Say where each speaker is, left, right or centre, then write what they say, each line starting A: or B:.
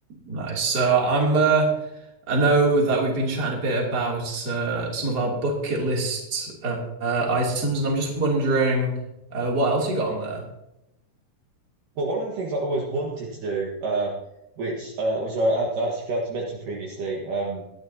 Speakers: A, on the right; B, on the right.
A: Nice. So I'm uh I know that we've been chatting a bit about uh some of our bucket list uh, uh items and I'm just wondering uh what else you got on there?
B: Well, one of the things I always wanted to do, uh, which uh, which I, I actually failed to mention previously, um,